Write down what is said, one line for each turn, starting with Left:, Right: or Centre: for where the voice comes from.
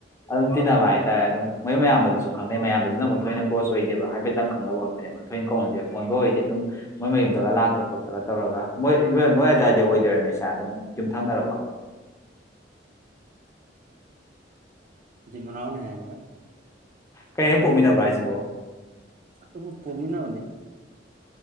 Left: ꯑꯗꯨꯝ ꯇꯤꯤꯟꯕ ꯍꯥꯏ ꯍꯥꯏꯇꯥꯔꯦ ꯑꯗꯨꯝ ꯃꯣꯏ ꯃꯌꯥꯝꯕꯗꯨꯁꯨ ꯈꯪꯅꯩ ꯃꯌꯥꯝꯕꯗꯨꯅ ꯑꯃꯨꯛ ꯊꯣꯏꯅ ꯀ꯭ꯂꯣꯖ ꯑꯣꯏꯗꯦꯕ ꯍꯥꯏꯐꯦꯠꯇꯪ ꯈꯪꯅꯕ ꯈꯛꯇꯅꯦꯕ ꯊꯣꯏꯅ ꯀꯧꯅꯗꯦꯕ ꯃꯣꯟꯕ ꯑꯣꯏꯗꯤ ꯑꯗꯨꯝ ꯃꯣꯏ ꯃꯌꯨꯝꯗꯒ ꯂꯥꯛꯇ ꯈꯣꯠꯇꯒ ꯇꯧꯔꯒ ꯃꯣꯏꯣꯏ ꯃꯣꯏ ꯑꯗꯨꯗꯥꯋꯥꯏꯗ ꯑꯣꯏꯗꯣꯏꯔꯅꯣ ꯏꯁꯥ ꯑꯗꯨꯝ ꯌꯨꯝꯊꯪꯅꯔꯕ
Right: ꯏ ꯃꯔꯅ ꯍꯥꯏ
Left: ꯀꯩ ꯍꯦꯛ ꯄꯣꯛꯃꯤꯟꯅꯕ꯭ꯔꯥ ꯍꯥꯏꯁꯤꯕꯣ
Right: ꯇꯕꯨ ꯄꯃꯤꯅ ꯃꯅꯦ